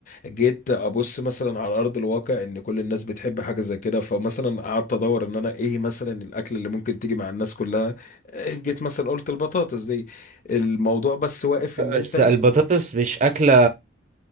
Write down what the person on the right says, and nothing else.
بس البطاطس مش أكلة